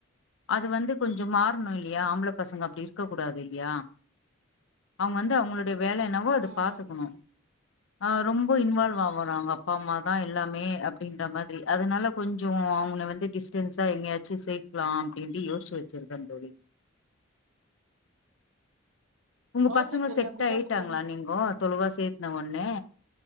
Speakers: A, on the left; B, on the right.
A: அது வந்து கொஞ்சம் மாறணும் இல்லையா ஆம்பள பசங்க அப்டி இருக்க கூடாது இல்லையா அவுங்க வந்து அவுங்களுடைய வேல என்னவோ அது
B: ம் ம்
A: பாத்துக்கணும்
B: ம்
A: ஆ ரொம்ப இன்வால்வ் ஆகுறாங்க அப்பாம்மாதா எல்லாமே அப்டின்ற மாதிரி அதுனால கொஞ்சம் அவன வந்து டிஸ்டன்ஸா எங்கயாச்சும் சே க்கலாம் அப்டின்ட்டு யோஷ்ச்சி வச்சிருக்கே தோழி உங்க
B: ஓகே
A: பசங்க
B: தோழி
A: செட்
B: அப்டிதா
A: ஆயிட்டாங்களா
B: செய்யணு
A: நீங்கோ தொலுவா சேத்தே ஒன்னே